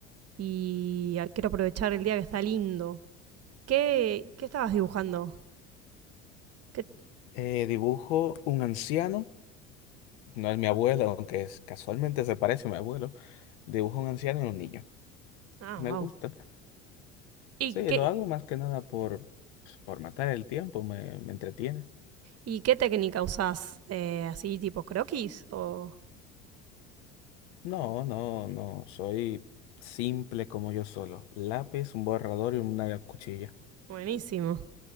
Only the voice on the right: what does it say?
y a- quiero aprovechar el día que está lindo. ¿Qué, qué estabas dibujando? ¿Qué-
Ah,
wow.
¿Y
qué,
¿Y qué técnica usás? Eh, ¿Así tipo croquis? O...
Buenísimo.